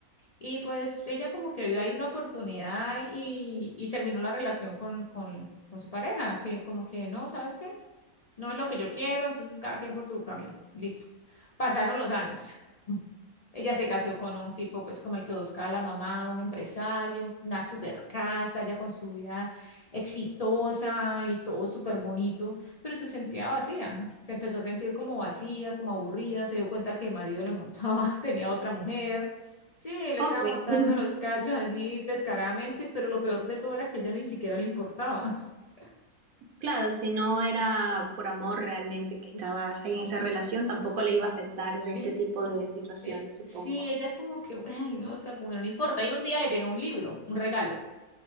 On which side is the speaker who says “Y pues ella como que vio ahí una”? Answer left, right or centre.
Left